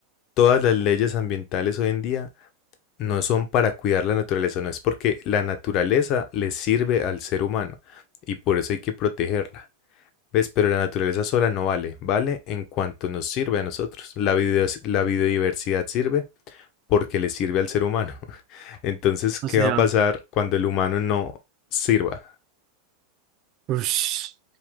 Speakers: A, on the left; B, on the right.
A: todas las leyes ambientales hoy en día no son para cuidar la naturaleza, no es porque la naturaleza le sirve al ser humano y por eso hay que protegerla. ¿Ves? Pero la naturaleza sola no vale, vale en cuanto nos sirve a nosotros. La biodives- la biodiversidad sirve porque le sirve al ser humano. <laughs> Entonces, ¿qué
B: O sea,
A: va a pasar cuando el humano no sirva?
B: Ush.